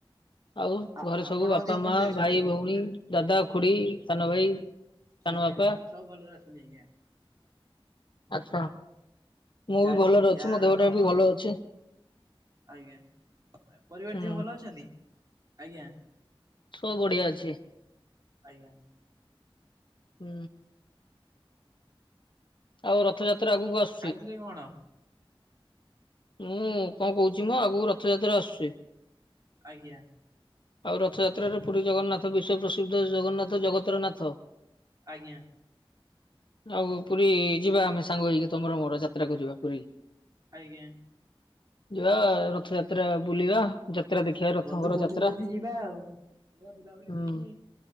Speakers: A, on the left; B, on the right.
A: ଆଉ
B: ଆ
A: ଘରେ ସବୁ
B: ଆପଣ
A: ବାପା,
B: ଅଧିକ କେମିତି
A: ମା,
B: ଅଛନ୍ତି?
A: ଭାଇ, ଭଉଣୀ, ଦାଦା, ଖୁଡି ସାନ ଭାଇ। ସାନ
B: ଆଜ୍ଞା
A: ବାପା
B: ସବୁ ଭଲରେ ଅଛନ୍ତି ଆଜ୍ଞା।
A: ଆଛା ମୁଁ
B: ଚାରି
A: ବି ଭଲରେ
B: ଯାହା
A: ଅଛି ମ
B: ହେଲେ
A: ଦେହଟା
B: ଆମର
A: ବି ଭଲ ଅଛି।
B: ଆଜ୍ଞା ପରିବାର
A: ହୁଁ
B: ଦିଅ ଭଲ ଅଛନ୍ତି ଆଜ୍ଞା।
A: ସବୁ ବଢ଼ିଆ ଅଛି।
B: ଆଜ୍ଞା।
A: ହୁଁ। ଆଉ ରଥଯାତ୍ରା ଆଗକୁ ଆସୁ
B: ଖାଇଥିଲେ କଣ?
A: ମୁଁ କଣ କହୁଛି ମ ଆଗକୁ ରଥଯାତ୍ରା ଆସୁଚି।
B: ଆଜ୍ଞା।
A: ଆଉ ରଥଯାତ୍ରାରେ ପୁରୀ ଜଗନ୍ନାଥ ବିଶ୍ଵ ପ୍ରସିଦ୍ଧ ଜଗନ୍ନାଥ ଜଗତରନାଥ।
B: ଆଜ୍ଞା।
A: ଆଉ ପୁରୀ ଯିବା ଆମେ ସାଙ୍ଗ ହେଇକି ତମର ମୋର ଯାତ୍ରା କରିବା ପୁରୀ।
B: ଆଜ୍ଞା।
A: ଯିବା ରଥଯାତ୍ରା ବୁଲିବା। ଯାତ୍ରା ଦେଖିବା ରଥଙ୍କର
B: ବନ୍ଧୁ କହୁଚନ୍ତି
A: ଯାତ୍ରା
B: ଯଦି ଯିବା ଆଉ। ଯିବା ବୁଲାବୁଲି
A: ହୁଁ।
B: କରିକି